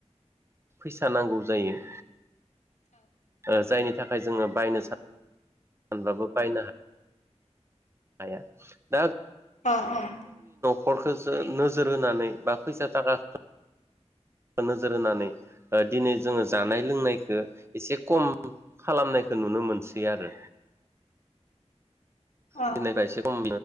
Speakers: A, on the right; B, on the left.
A: फैसा नांगौ जायो। ओ जायनि थाखाय जोङो बायनो सा <unintelligible> बाबो बायनो हा हाया दा
B: अ औ
A: न'खरखसो नोजोर होनानै बा फैसा थाखा खो नोजोर होनानै ओ दिनै जोङो जानाय लोंनायखो एसे खम खालामनायखौ नुनो मोनसै आरो
B: <inaudible> औ।
A: <unintelligible> एसे खम